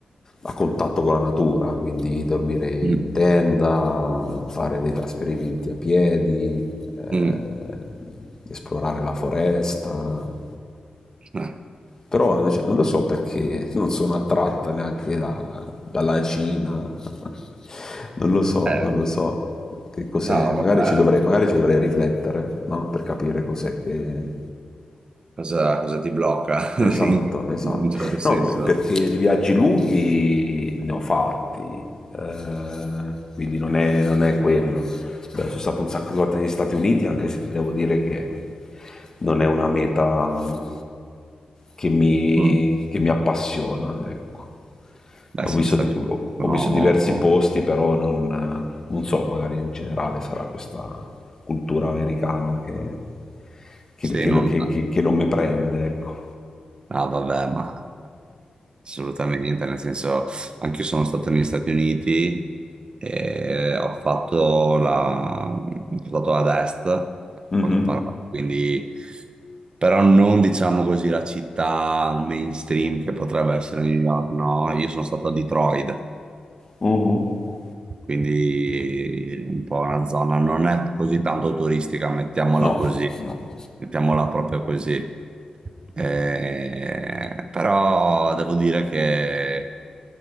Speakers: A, on the left (about 25°); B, on the right (about 40°).
A: a contatto con la natura, quindi dormire
B: mm.
A: in tenda, fare dei trasferimenti a piedi, eh,
B: mm.
A: esplorare la foresta.
B: <laughs>
A: Però cioè, non lo so perché <laughs> non sono attratta neanche da- dalla Cina. <laughs> non lo so,
B: Eh,
A: non lo so che cos'è.
B: no,
A: Magari
B: vabbè,
A: ci dovrei, magari ci dovrei riflettere, no? Per capire cos'è che...
B: cosa, cosa ti blocca
A: Esatto,
B: <laughs> in,
A: esatto.
B: in un certo senso?
A: No, per- perché di viaggi lunghi ne ho fatti, eh, quindi non è, non è quello. Beh, sono stato un sacco di volte negli Stati Uniti, anche se ti devo dire che non è una meta che mi,
B: Mm.
A: che mi appassiona, ecco.
B: Beh,
A: Ho
B: sì,
A: visto,
B: gli Stati
A: di- ho
B: Uniti sono...
A: ho visto diversi posti, però non, eh, non so, magari in generale sarà questa cultura americana che, che-
B: Sì,
A: che-
B: non...
A: che- che- che non mi prende, ecco.
B: Ah, vabbè, ma assolutamente, nel senso, anche io sono stato negli Stati Uniti e ho fatto la... ho fatto ad est, in
A: Mhm.
B: poche parole, quindi... Però non diciamo così la città mainstream che potrebbe essere New York, no? Io sono stato a Detroit,
A: Mhm.
B: quindi un po' una zona non è così tanto turistica, mettiamola
A: No,
B: così,
A: no.
B: mettiamola proprio così. Eh, però devo dire che